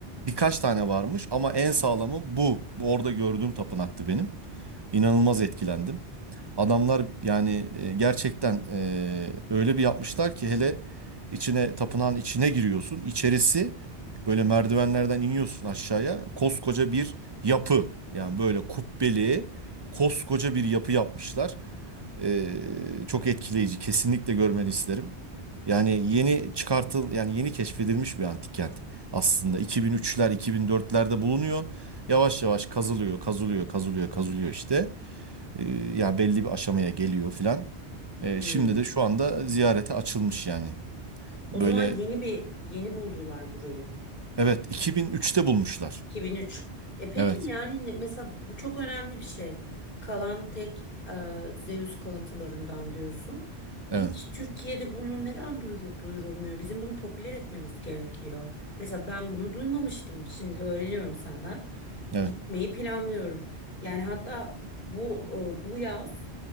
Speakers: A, on the right; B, on the left.
A: birkaç tane varmış ama en sağlamı bu. Bu Orada gördüğüm tapınaktı benim. İnanılmaz etkilendim. Adamlar yani e, gerçekten e, öyle bir yapmışlar ki hele içine tapınağın içine giriyorsun. İçerisi böyle merdivenlerden iniyorsun aşağıya. Koskoca bir yapı. Yani böyle kubbeli koskoca bir yapı yapmışlar. E, çok etkileyici. Kesinlikle görmeni isterim. Yani yeni çıkartıl yani yeni keşfedilmiş bir antik kent aslında. 2003'ler 2004'lerde bulunuyor. Yavaş yavaş kazılıyor, kazılıyor, kazılıyor, kazılıyor işte. E, ya belli bir aşamaya geliyor filan. E,
B: Hı.
A: şimdi de şu anda ziyarete açılmış yani.
B: O
A: Böyle
B: zaman yeni bir yeni buldular burayı.
A: evet 2003'te bulmuşlar.
B: 2003. E peki
A: Evet.
B: ne- yani ne- mesela bu çok önemli bir şey. Kalan tek e, Zeus kalıntılarından diyorsun.
A: Evet.
B: Hiç Türkiye'de bunu neden duyurur, duyurulmuyor? Bizim bunu popüler etmemiz gerekiyor. Mesela ben bunu duymamıştım. Şimdi öğreniyorum senden.
A: Evet.
B: Gitmeyi planlıyorum. Yani hatta bu e, bu yaz